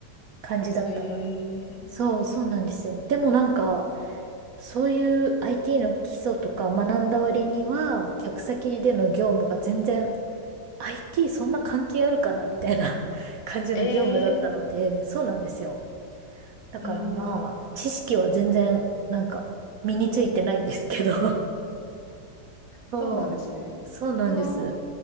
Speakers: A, on the right; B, on the left.
A: 感じだったので。
B: へえ、
A: そう、そうなんですよ。でもなんか、そういう IT の基礎とか学んだ割には、客先での業務が全然 IT そんな関係あるかなみたいな <laughs> 感じの業務だったので、
B: えー、
A: そうなんですよ。だからまあ、
B: えー、
A: 知識は全然、なんか、身についてないんですけど。<laughs> そう。
B: そうなんですね。
A: そうなんです。
B: その、